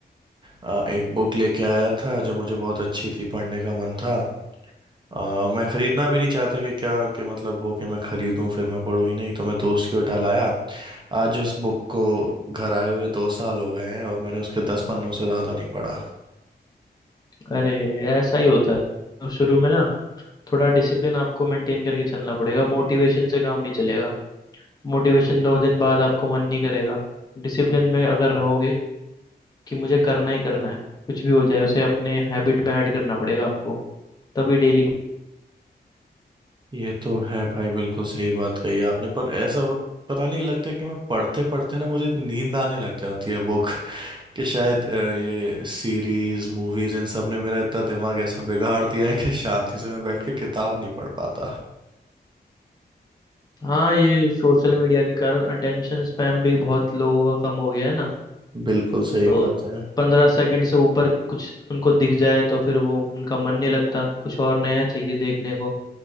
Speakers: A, on the right; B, on the left.
A: आ, एक बुक लेके आया था जो मुझे बहुत अच्छी थी पढ़ने का मन था आ, मैं खरीदना भी नहीं चाहता कि क्या कि मतलब हो कि मैं खरीदूं फिर मैं पढूं ही नहीं तो मैं दोस्त की उठा लाया आज उस बुक को घर आए हुए दो साल हो गए हैं और मैंने उसके दस पन्नों से ज्यादा नहीं पढ़ा
B: अरे ऐसा ही होता है तो शुरू में ना थोड़ा डिसिप्लिन आपको मेंटेन करके चलना पड़ेगा मोटिवेशन से काम नहीं चलेगा मोटिवेशन दो दिन बाद आपको मन नहीं करेगा डिसिप्लिन में अगर रहोगे कि मुझे करना ही करना है कुछ भी हो जाए उसे अपने हैबिट में ऐड करना पड़ेगा आपको तभी डेली
A: ये तो है भाई बिल्कुल सही बात कही आपने पर ऐसा पता नहीं लगता है कि मैं पढ़ते पढ़ते ना मुझे नींद आने लग जाती है बुक कि शायद अ, ये सीरीज मूवीज इन सब ने मेरा इतना दिमाग ऐसा बिगाड़ दिया है कि शांति से मैं बैठ के किताब नहीं पढ़ पाता
B: हाँ ये सोशल मीडिया के कारण अटेंशन स्पैम भी बहुत लोगों का कम हो गया है ना
A: बिल्कुल सही
B: तो
A: बात है
B: पंद्रह सेकंड से ऊपर कुछ उनको दिख जाए तो फिर वो उनका मन नहीं लगता कुछ और नया चाहिए देखने को